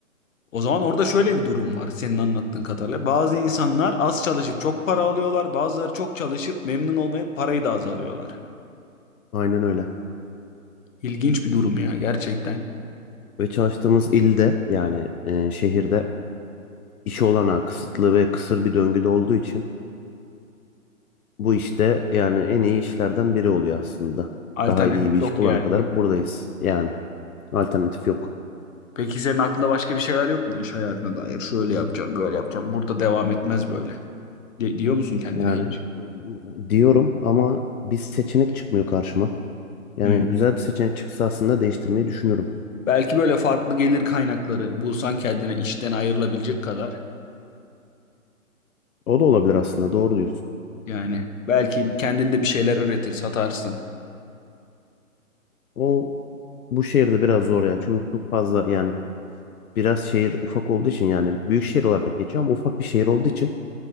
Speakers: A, on the left; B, on the left.
A: O zaman orada şöyle bir durum var senin anlattığın kadarıyla. Bazı insanlar az çalışıp çok para alıyorlar. Bazıları çok çalışıp memnun olmayıp parayı da az alıyorlar.
B: Aynen öyle.
A: İlginç bir durum ya gerçekten.
B: Ve çalıştığımız ilde yani eee, şehirde iş olanağı kısıtlı ve kısır bir döngüde olduğu için Bu işte yani en iyi işlerden biri oluyor aslında.
A: Alternatif
B: Daha iyi bir iş
A: yok
B: bulana
A: yani.
B: kadar buradayız. Yani alternatif yok.
A: Peki senin aklında başka bir şeyler yok mu iş hayatına dair? Şöyle yapacağım, böyle yapacağım. Burada devam etmez böyle. Di- diyor musun kendine
B: Yani
A: hiç?
B: ıı, diyorum ama bir seçenek çıkmıyor karşıma. Yani
A: Hı.
B: güzel bir seçenek çıksa aslında değiştirmeyi düşünürüm.
A: Belki böyle farklı gelir kaynakları bulsan kendine işten ayrılabilecek kadar.
B: O da olabilir aslında doğru diyorsun.
A: Yani belki kendinde bir şeyler üretir, satarsın.
B: O bu şehirde biraz zor ya. Çünkü çok fazla yani biraz şehir ufak olduğu için yani büyük şehir olarak geçiyor ama ufak bir şehir olduğu için